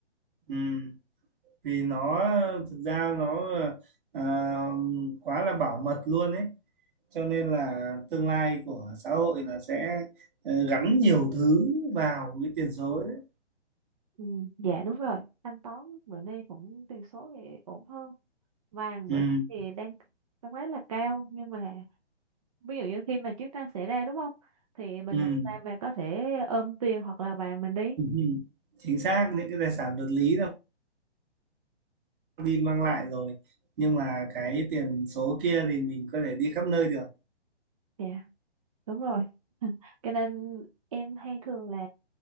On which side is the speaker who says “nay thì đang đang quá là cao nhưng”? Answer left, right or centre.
Right